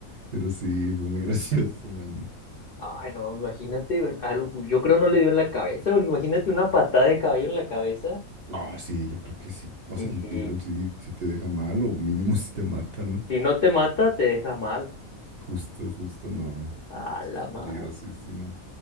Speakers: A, on the right (about 60°); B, on the left (about 60°).
A: Pero sí, fue muy <laughs> gracioso, la neta.
B: Ay, no, imagínate, algo, yo creo no le dio en la cabeza, porque imagínate una patada de caballo en la cabeza
A: No, sí, yo creo que sí, o
B: y,
A: sea, literal
B: y
A: sí, sí te deja mal o mínimo <laughs> sí te mata, ¿no?
B: si no te mata, te deja mal.
A: Justo, justo, no.
B: A
A: Sí, es
B: la
A: peligrosísimo.
B: madre.